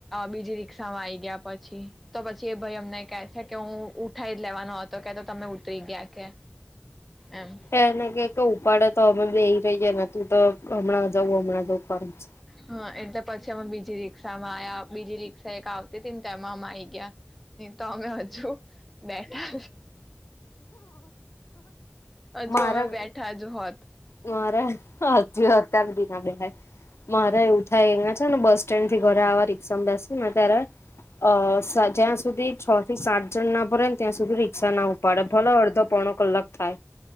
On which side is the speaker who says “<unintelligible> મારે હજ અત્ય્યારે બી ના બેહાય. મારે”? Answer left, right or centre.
Left